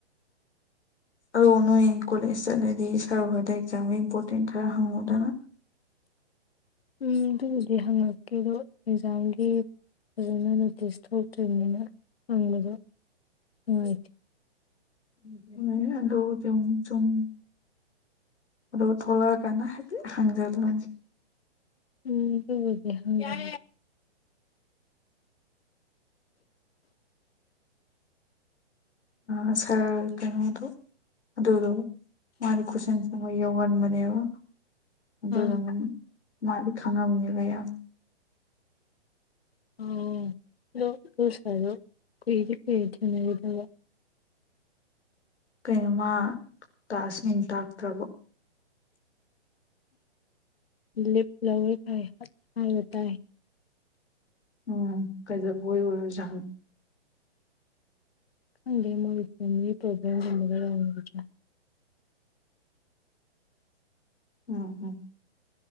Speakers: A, on the left; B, on the left.
A: ꯑꯗꯣ ꯅꯣꯏ ꯀꯣꯂꯦꯖ ꯆꯠꯂꯗꯤ ꯁꯔ ꯍꯣꯏꯗ ꯑꯦꯛꯖꯥꯝꯒꯤ ꯏꯝꯄꯣꯔꯇꯦꯟ ꯈꯔ ꯍꯪꯉꯨꯗꯅ
B: ꯎꯝ ꯑꯗꯨꯕꯨꯗꯤ ꯍꯪꯉꯛꯀꯦ ꯑꯗꯣ ꯑꯦꯛꯖꯥꯝꯒꯤ ꯐꯖꯅ ꯅꯣꯇꯤꯁ ꯊꯣꯛꯇ꯭ꯔꯤꯕꯅꯤꯅ ꯍꯪꯕꯗꯣ ꯅꯨꯡꯉꯥꯏꯇꯦ
A: <unintelligible> ꯑꯗꯨꯕꯨꯗꯤ ꯑꯃꯨꯛ ꯆꯨꯝ ꯑꯗꯣ ꯊꯣꯛꯂꯛꯑꯀꯥꯟꯗ ꯍꯥꯏꯐꯦꯠ ꯍꯪꯖꯜꯂꯣꯟ
B: ꯎꯝ ꯗꯨꯕꯨꯗꯤ ꯍꯪꯖꯟ
A: ꯑ ꯁꯥꯔ ꯀꯩꯅꯣꯗꯣ ꯑꯗꯨꯗꯣ ꯃꯥꯗꯤ ꯀꯣꯏꯁꯟ ꯁꯦꯝꯕ ꯌꯧꯒꯟꯕꯅꯦꯕ ꯑꯗꯨꯅ
B: ꯑꯥ
A: ꯃꯥꯗꯤ ꯈꯪꯉꯝꯅꯤꯕ ꯃꯌꯥꯝ
B: ꯑꯣ ꯑꯗꯨ ꯅꯣꯏ ꯁꯥꯏꯗꯣ ꯀꯨꯏꯗꯤ ꯀꯨꯏꯔꯦ ꯊꯦꯡꯅꯒꯤꯗꯕ
A: ꯀꯩꯅꯣ ꯃꯥ ꯀ꯭ꯂꯥꯁ ꯅꯨꯡ ꯇꯥꯛꯇ꯭ꯔꯕꯣ
B: ꯂꯤꯄ ꯂꯧꯋꯦ ꯐꯩ ꯇꯥꯏꯅ ꯇꯥꯏ
A: ꯎꯝ ꯀꯩꯗꯧꯕꯩ ꯑꯣꯏꯔꯖꯥꯅꯣ
B: ꯈꯪꯗꯦ ꯃꯣꯏ ꯐꯦꯃꯤꯂꯤ ꯄ꯭ꯔꯣꯕ꯭ꯂꯦꯝꯒꯨꯝꯕꯒ ꯂꯩꯔꯝꯒꯗ꯭ꯔ
A: ꯎꯝ ꯎꯝ